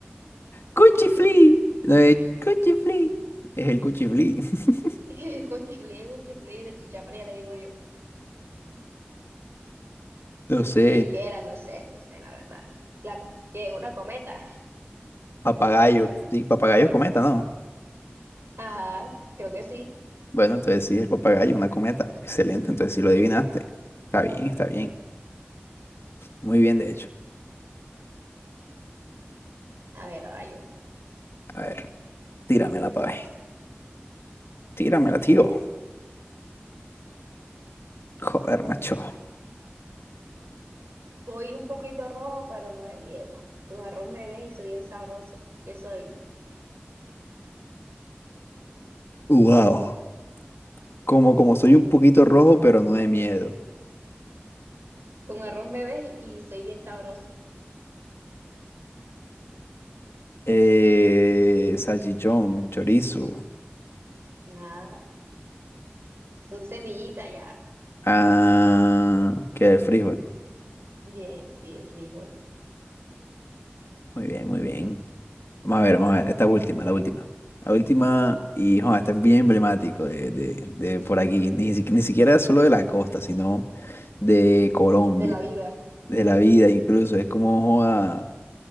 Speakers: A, on the left (about 85°); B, on the right (about 75°).
A: Cuchiflí. No, es cuchiflí. Es el cuchiflí. <laughs>
B: <laughs> Cuchiflé, cuchiflé, la chicha fría, le digo yo.
A: No sé.
B: Ey, ¿qué era? No sé, no sé, la verdad. La, ¿qué? ¿Una cometa?
A: Papagayo. Sí, papagayo es cometa, ¿no?
B: Ajá, creo que sí.
A: Bueno, entonces sí, es el papagayo, una cometa. Excelente, entonces sí lo adivinaste. Está bien, está bien. Muy bien, de hecho.
B: A ver, ahora yo.
A: A ver, tíramela, pa' ver. Tíramela, tío. Joder, macho.
B: Soy un poquito rojo, pero no de miedo. Con arroz me ves y soy bien sabroso. ¿Qué soy?
A: Wow. Como, como soy un poquito rojo, pero no de miedo.
B: Con arroz bebé y y soy bien sabroso.
A: Eh, salchichón, chorizo.
B: Nada, son semillitas ya.
A: Ah, que el frijol.
B: Bien, sí, el frijol.
A: Muy bien, muy bien. Vamos a ver, vamos a ver. Esta es última, la última. La última, y joder, este es bien emblemático de, de- de por aquí. Ni, si- ni siquiera solo de la costa, sino de Colombia,
B: De la vida.
A: de la vida incluso. Es como, joda,